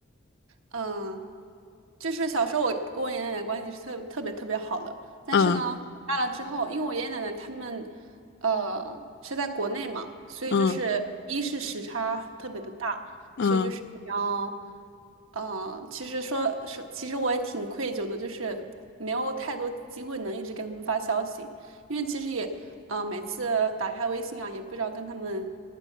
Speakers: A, on the right; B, on the left.
A: 嗯，就是小时候我跟我爷爷奶奶关系是特特别特别好的，但是呢，
B: 嗯
A: 我大了之后，因为我爷爷奶奶他们，呃，是在国内嘛，所以就是一是时差特别的大，
B: 嗯嗯
A: 所以就是你要，嗯、其实说说，其实我也挺愧疚的，就是没有太多机会能一直给他们发消息，因为其实也，呃，每次打开微信啊，也不知道跟他们，